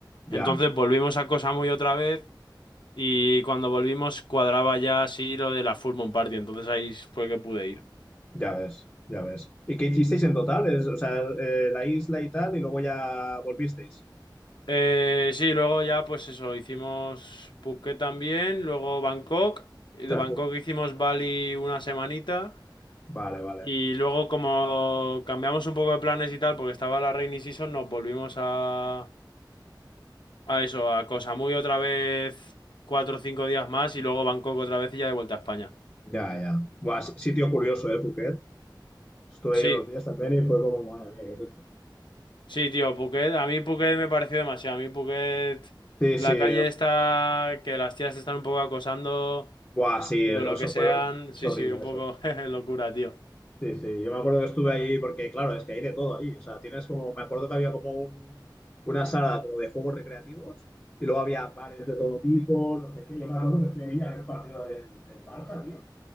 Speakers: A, on the left (about 25°); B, on the left (about 75°).
A: Ya,
B: Entonces volvimos a Koh Samui otra vez y cuando volvimos cuadraba ya así lo de la Full Moon Party, entonces ahí fue que pude ir.
A: ya ves, ya ves. ¿Y qué hicisteis en total? Es- o sea, eh, la isla y tal, y luego ya volvisteis.
B: Eh, sí, luego ya pues eso, hicimos Phuket también, luego Bangkok, y
A: Ostras,
B: de Bangkok
A: pu-
B: hicimos Bali una semanita
A: Vale, vale.
B: y luego como cambiamos un poco de planes y tal porque estaba la rainy season nos volvimos a, a eso, a Koh Samui otra vez cuatro o cinco días más y luego Bangkok otra vez y ya de vuelta a España.
A: Ya, ya. Buah, si- sitio curioso, ¿eh, Phuket? Estuve
B: Sí,
A: ahí unos días también y fue como, madre mía, ¿qué es esto?
B: sí, tío, Phuket, a mí Phuket me pareció demasiado, a mí Phuket,
A: Sí,
B: la
A: sí,
B: calle está, que las tías te están un poco acosando.
A: buah, sí,
B: O
A: eso,
B: lo que sean,
A: fue, es
B: sí,
A: horrible
B: sí, un poco
A: eso.
B: <laughs> jeje, locura, tío.
A: Sí, sí, yo me acuerdo que estuve ahí porque, claro, es que hay de todo ahí. O sea, tienes como, me acuerdo que había como un, una sala como de juegos recreativos y luego había bares de todo tipo, no sé qué. Yo me acuerdo que fui ahí a ver un partido del, del Barça, tío.